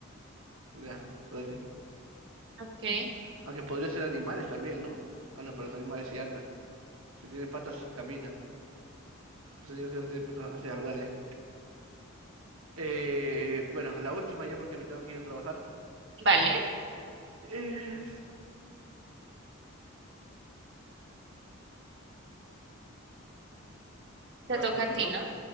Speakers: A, on the right (about 75°); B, on the right (about 55°).
A: Ya, dale.
B: Ok.
A: Aunque podría ser animales también, ¿no? Ah, no, pero los animales sí andan. Si tienen patas, caminan. Los únicos que no tienen patas, ya, dale. Eh, bueno, la última ya porque me tengo que ir a trabajar.
B: Vale,
A: Eh, cuando
B: te toca a
A: me
B: ti,
A: no,
B: ¿no?